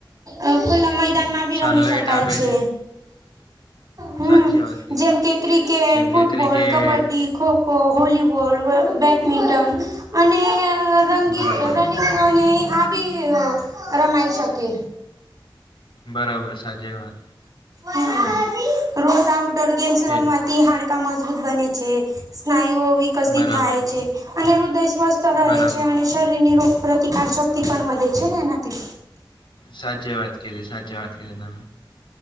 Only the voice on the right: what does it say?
અ ખુલ્લા મેદાનમાં ભી
રમી શકાય
છે. હમ
જેમ કે ક્રિકેટ,
football,
kabaddi kho kho, volleyball, badminton અને રંગી
અને આ ભી રમાઈ શકે
હમ રોજ આઉટડોર ગેમ્સ રમવાથી
હાડ કા મજબૂત બને છે, સ્નાયુઓ વિ કશી
થાય છે, અને હૃદય સ્વસ્થ રહે
છે, અને શરીરની રોગ પ્રતિકાર શક્તિ પણ વધે છે, ને એનાથી